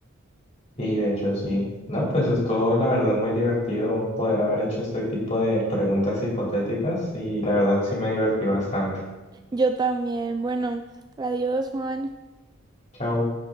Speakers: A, on the left (about 30°); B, on the right (about 20°).
A: Sí, de hecho, sí. No, pues estuvo la verdad muy divertido poder haber hecho este tipo de preguntas hipotéticas y la verdad sí me divertí bastante.
B: Yo también, bueno, adiós, Juan.
A: Chao.